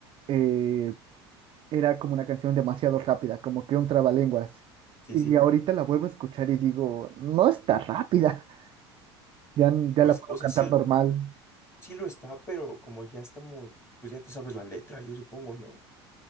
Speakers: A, on the right; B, on the left.
A: eh, era como una canción demasiado rápida, como que un trabalenguas.
B: sí,
A: Y
B: sí.
A: ahorita la vuelvo a escuchar y digo, no está rápida. <laughs> Ya, ya
B: Pues,
A: la puedo
B: o sea,
A: cantar
B: sí,
A: normal.
B: sí lo está, pero como ya estamos, pues ya te sabes la letra, yo supongo, ¿no?